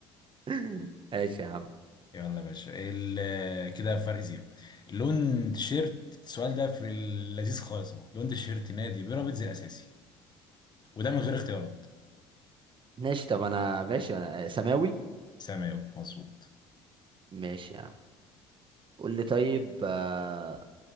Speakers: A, on the right; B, on the left.
A: <laughs> ماشي يا عم
B: يلا يا باشا ال- كده فرق زيرو لون تيشيرت السؤال ده في اللذيذ خالص اهو لون تيشيرت نادي بيراميدز الاساسي وده من غير اختيارات
A: ماشي طب أنا ماشي أنا آه، سماوي
B: سماوي مظبوط
A: ماشي يا عم قول لي طيب آه،